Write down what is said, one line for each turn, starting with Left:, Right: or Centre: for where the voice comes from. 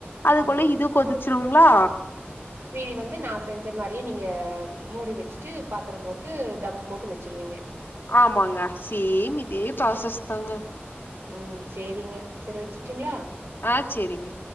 Left: அதுக்குள்ள
Right: ம்.
Left: இது கொதிச்சிருங்ளா
Right: மீதி வந்து நா செஞ்ச மாரியே நீங்க மூடி வச்சுட்டு பாத்திர போட்டு தம் போட்டு வச்சிருவீங்க
Left: ஆமாங்க சேம் இதே ப்ராசஸ் தாங்க
Right: ம் சேரிங்க சேரி வச்சுர்டங்களா
Left: ஆ சேரிங்க